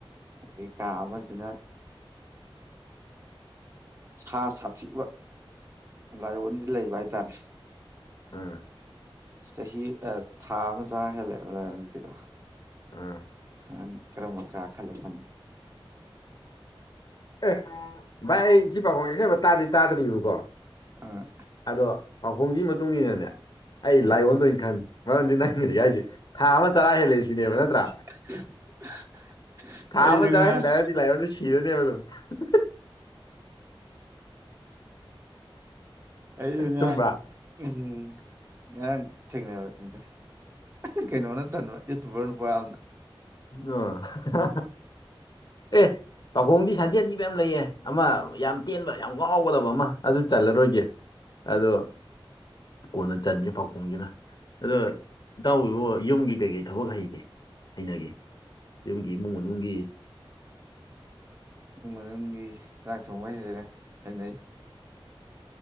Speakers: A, on the right (about 30°); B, on the left (about 50°).
A: ꯑꯗꯩ ꯀꯥ ꯑꯃꯁꯤꯅ ꯁꯥ ꯁꯥꯊꯤꯕ ꯂꯥꯏꯑꯣꯟꯁꯦ ꯂꯩꯕ ꯍꯥꯏꯇꯥꯔꯦ
B: ꯎꯝ
A: ꯆꯍꯤ ꯊꯥ ꯑꯃ ꯆꯔꯥ ꯍꯦꯜꯂꯛꯑꯦꯕ ꯑꯗꯨꯗꯤ ꯀꯣ
B: ꯑꯥ
A: ꯅꯪ ꯀꯔꯝꯕ ꯀ ꯈꯜ ꯆꯪꯅꯤ
B: ꯑꯦ ꯚꯥꯏ ꯑꯩ ꯁꯤ ꯄꯥꯈꯣꯡꯁꯦ ꯑꯁꯦꯡꯕ ꯇꯥꯗꯤ ꯇꯥꯗ꯭ꯔꯤꯕꯀꯣ
A: ꯑ
B: ꯑꯗꯣ ꯄꯈꯣꯡꯒꯤ ꯃꯇꯨꯡ ꯏꯟꯅꯅꯦ ꯑꯩꯖꯦ
A: ꯑꯥ
B: ꯂꯥꯏꯑꯣꯟ ꯑꯣꯏꯅ ꯈꯟ ꯃꯔꯝꯗꯤ ꯅꯪ ꯍꯨꯖꯤꯛ ꯍꯥꯏꯖꯦ ꯊꯥ ꯑꯃ ꯆꯔꯥ ꯍꯦꯜꯂꯦ ꯁꯤꯅꯦꯕ ꯅꯠꯇ꯭ꯔꯥ
A: <unintelligible>
B: ꯊꯥ
A: ꯑꯩꯁꯨ
B: ꯑꯃ
A: ꯉꯔꯥꯡ
B: ꯆꯔꯥ ꯍꯦꯜꯂꯦ ꯍꯥꯏꯔꯗꯤ ꯂꯥꯏꯑꯣꯟꯗꯣ ꯁꯤꯔꯅꯦꯕ ꯑꯗꯨꯝ ꯍꯨꯡ ꯍꯨꯡ
A: ꯑꯩꯁꯨ ꯉꯔꯥꯡ
B: ꯆꯨꯝꯕ꯭ꯔꯥ
A: ꯎꯝ ꯉꯔꯥꯡ ꯊꯦꯡꯅꯕꯅꯤꯗ ꯑꯍ ꯀꯩꯅꯣꯅ ꯆꯟꯕ ꯌꯨꯇꯨꯕꯔ ꯅꯨꯄꯥ ꯑꯝꯅ
B: ꯑ ꯑꯍ ꯍ ꯍꯥ ꯍ ꯑꯦ ꯄꯥꯎꯈꯣꯡꯗꯤ ꯁꯥꯊꯤ ꯁꯥꯊꯤꯕ ꯌꯥꯝ ꯂꯩꯑꯦ ꯑꯃ ꯌꯥꯝ ꯇꯦꯟꯕ ꯌꯥꯝ ꯉꯥꯎꯒꯗꯕ ꯑꯃ ꯑꯗꯨ ꯆꯜꯂꯔꯣꯏꯒꯦ ꯑꯗꯣ ꯀꯣꯟꯅ ꯆꯟꯒꯦ ꯄꯥꯎꯈꯣꯡꯖꯤꯅ ꯑꯗꯣ ꯏꯇꯥꯎꯕꯤꯕꯨ ꯌꯨꯝꯒꯤ ꯀꯩꯀꯩ ꯊꯕꯛ ꯍꯩꯒꯦ ꯍꯩꯅꯒꯦ ꯌꯨꯝꯒꯤ ꯏꯃꯨꯡ ꯃꯅꯨꯡꯒꯤ
A: ꯏꯃꯨꯡ ꯃꯅꯨꯡꯒꯤ ꯆꯥꯛ ꯊꯣꯡꯕ ꯍꯥꯏꯅꯩ